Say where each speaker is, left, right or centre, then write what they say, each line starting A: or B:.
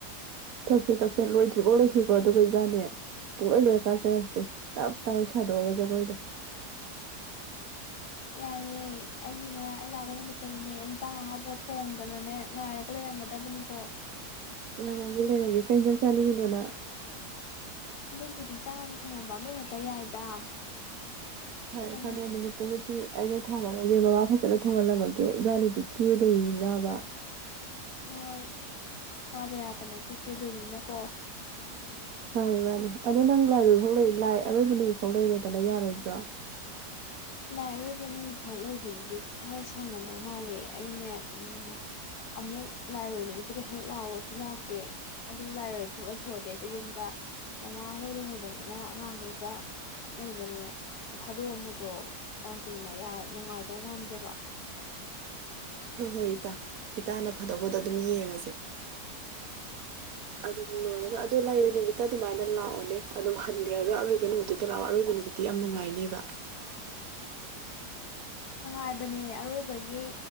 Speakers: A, on the right (about 65°); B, on the left (about 70°).
A: ꯊꯛꯁꯦ ꯊꯛꯁꯦ ꯂꯣꯏꯗ ꯗ꯭ꯔꯤꯕꯧ ꯂꯩꯁꯤꯀꯣ ꯑꯗꯨꯒ ꯏꯕꯥꯅꯦ ꯄꯨꯡꯂꯣꯏ ꯂꯣꯏꯔ ꯀꯥꯟꯗ ꯁꯦ ꯇꯞ ꯇꯥꯒꯩ ꯁꯥꯗꯣꯛꯑꯒ ꯖꯒꯣꯏꯗꯣ
B: ꯌꯥꯏꯌꯦ ꯑꯩ ꯒꯤꯅꯦ ꯑꯩ ꯂꯥꯛꯄ ꯅꯨꯃꯤꯠꯇꯖꯨꯅꯦ ꯏꯁ ꯆꯥꯡ ꯑꯍꯥꯎꯕꯒ ꯊꯣꯡꯗꯅꯅꯦ ꯉꯥꯏꯔꯒ ꯂꯩꯔꯝꯒꯗꯕꯅꯤꯀꯣ
A: ꯉꯥꯏꯔꯝꯒꯦ ꯂꯩꯔꯝꯒꯦ ꯀꯩ ꯏꯟꯖꯥꯡ ꯆꯥꯅꯤꯡꯉꯤꯅꯣ ꯅꯪ
B: ꯑꯗꯨꯕꯨꯗꯤ ꯏꯇꯥ ꯍꯣꯏꯗ ꯊꯣꯡꯉꯝꯕ ꯑꯃ ꯍꯦꯛꯇ ꯌꯥꯏꯗ
A: ꯐꯔꯦ
B: ꯑꯩꯅ
A: ꯐꯔꯦ ꯅꯨꯃꯤꯠꯇꯨꯃꯗꯤ ꯑꯩꯅ ꯊꯣꯡꯉꯔꯣꯏꯒꯦ ꯃꯃꯥ ꯐꯖꯅ ꯊꯣꯡꯍꯜꯂꯝꯃꯒꯦ ꯏꯕꯥꯅꯤꯗꯤ ꯀꯦꯗꯣꯔꯤꯅꯤꯅꯥꯕ
B: ꯍꯣꯏ ꯋꯥꯕ ꯌꯥꯕ ꯅꯠꯇꯦ ꯀꯦꯗꯣꯏꯅꯤꯅꯀꯣ
A: ꯃꯥꯅꯦ ꯃꯥꯅꯦ ꯑꯗꯣ ꯅꯪ ꯂꯥꯏꯔꯣꯏꯕꯧ ꯂꯩ ꯂꯥꯏ ꯑꯔꯣꯏꯕ ꯅꯨꯃꯤꯠ ꯐꯥꯎ ꯂꯩꯔꯣꯗꯅ ꯌꯥꯔꯣꯏꯗ꯭ꯔꯣ
B: ꯂꯥꯏ ꯑꯔꯣꯏꯕ ꯅꯨꯃꯤꯠ ꯐꯥꯎ ꯂꯩꯕꯗꯨꯗꯤ ꯈꯔ ꯁꯪꯃꯟꯗꯧ ꯃꯥꯜꯂꯦ ꯑꯩꯅꯦ ꯎꯝ ꯑꯃꯨꯛ ꯂꯥꯏꯔꯣꯏ ꯅꯨꯃꯤꯠꯇꯨꯗ ꯍꯦꯛ ꯂꯥꯎꯕꯁꯨ ꯂꯥꯛꯀꯦ ꯑꯗꯨ ꯂꯥꯏꯔꯣꯏꯕ ꯐꯨꯛ ꯂꯩꯊꯣꯛꯑꯗꯦ ꯑꯗꯨ ꯌꯨꯝꯗ ꯃꯥꯃ ꯑꯩꯍꯣꯏ ꯂꯩꯍꯧꯕꯅꯤꯅ ꯑꯉꯥꯡꯈꯩꯀꯥ ꯂꯩꯕꯅꯦ ꯊꯥꯗꯣꯛꯑꯝꯕꯗꯣ ꯌꯥꯝ ꯀꯨꯏꯅ ꯌꯥꯔ ꯅꯨꯡꯉꯥꯏꯗꯧ ꯃꯥꯟꯗꯦꯕ
A: ꯍꯣꯏ ꯍꯣꯏ ꯏꯇꯥ ꯏꯇꯥꯅ ꯐꯗꯧꯕꯗꯣ ꯑꯗꯨꯝ ꯌꯦꯡꯉꯁꯦ ꯑꯗꯨꯝ ꯂꯣꯏꯔꯒ ꯑꯣ ꯂꯥꯏꯔꯣꯏ ꯅꯨꯃꯤꯠꯇ ꯑꯗꯨꯃꯥꯏꯅ ꯂꯥꯛꯑꯣꯅꯦ ꯑꯗꯨꯝ ꯍꯟꯈ꯭ꯔꯒ ꯑꯔꯣꯏꯕ ꯅꯨꯃꯤꯠꯇꯨꯗ ꯂꯥꯛꯑꯣ ꯑꯔꯣꯏꯕ ꯅꯨꯃꯤꯠꯇꯤ ꯌꯥꯝ ꯅꯨꯡꯉꯥꯏꯅꯦꯕ
B: ꯅꯨꯡꯉꯥꯏꯕꯅꯦ ꯑꯔꯣꯏꯕꯒꯤ